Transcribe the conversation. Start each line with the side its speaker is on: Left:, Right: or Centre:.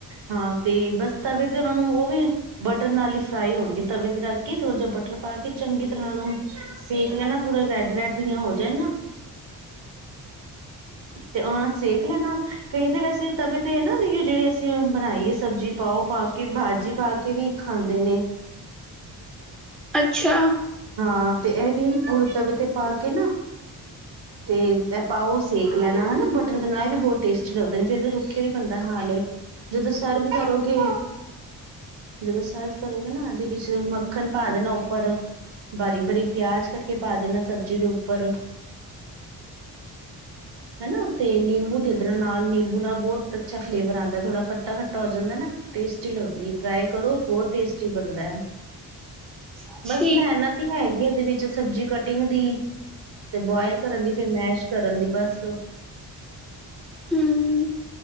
Right: ਹਾਂ ਤੇ ਬਸ ਤਵੇ ਤੇ ਉਹਨਾਂ ਨੂੰ ਉਹ ਵੀ ਬਟਰ ਨਾਲ ਹੀ ਫਰਾਈ ਹੋਣਗੇ ਤਵੇ ਤੇ ਰੱਖ ਕੇ ਥੋੜ੍ਹਾ ਜਿਹਾ ਬਟਰ ਪਾ ਕੇ ਚੰਗੀ ਤਰ੍ਹਾਂ ਉਹ ਨੂੰ ਸੇਕ ਲੈ ਨਾ ਥੋੜਾ ਰੈਡ- ਰੈਡ ਠੀਆਂ ਹੋ ਜਾਣ ਨਾ ਤੇ ਉਹ ਸੇਕ ਲੈਣਾ। ਕਈ ਤਾਂ ਵੈਸੇ ਤਵੇ ਤੇ ਨਾ ਜਿਹੜੀ ਅਸੀਂ ਬਣਾਈ ਹੈ ਸਬਜ਼ੀ ਪਾਓ ਪਾ ਕੇ ਭਾਜੀ ਪਾ ਕੇ ਵੀ ਖਾਂਦੇ ਨੇ।
Centre: ਅੱਛਾ
Right: ਹਾਂ ਤੇ ਇਹ ਵੀ ਉਦ ਤਵੇ ਤੇ ਪਾ ਕੇ ਨਾ ਤੇ ਇਹ ਪਾਓ ਸੇਕ ਲੈਣਾ ਹਨਾ ਬਟਰ ਦੇ ਨਾਲ ਵੀ ਬਹੁਤ ਟੇਸਟੀ ਲੱਗਦੇ ਨੇ ਫਰ ਰੁੱਖੇ ਵੀ ਬੰਦਾ ਖਾ ਲਏ। ਜਦੋਂ ਸਰਵ ਕਰੋਗੇ ਜਦੋਂ ਸਰਵ ਕਰੋਗੇ ਨਾ ਇਹਦੇ ਵਿੱਚ ਮੱਖਣ ਪਾ ਦੇਣਾ ਉੱਪਰ। ਬਾਰੀਕ-ਬਾਰੀਕ ਪਿਆਜ ਕੱਟ ਕੇ ਪਾ ਦੇਣਾ ਸਬਜ਼ੀ ਦੇ ਉੱਪਰ। ਹਨਾ ਤੇ ਨਿੰਬੂ ਤੇ ਇਹਦੇ ਨਾਲ- ਨਾਲ ਨਿੰਬੂ ਨਾਲ ਬਹੁਤ ਅੱਛਾ ਫਲੇਵਰ ਆਉਂਦਾ ਥੋੜਾ ਖੱਟਾ- ਖੱਟਾ ਹੋ ਜਾਂਦਾ ਨਾ ਟੇਸਟੀ ਲੱਗਦੀ ਟ੍ਰਈ ਕਰੋ ਬਹੁਤ ਟੇਸਟੀ ਬਣਦਾ ਹੈ।
Centre: <inaudible>
Right: ਮਿਹਨਤ ਹੀ ਹੈਗੀ ਇਹਦੇ ਵਿੱਚ ਸਬਜ਼ੀ ਕਟਿੰਗ ਦੀ ਤੇ ਬੁਆਇਲ ਕਰਨ ਦੀ ਫਿਰ ਮੈਸ਼ ਕਰਨ ਦੀ ਬਸ
Centre: ਹੂੰ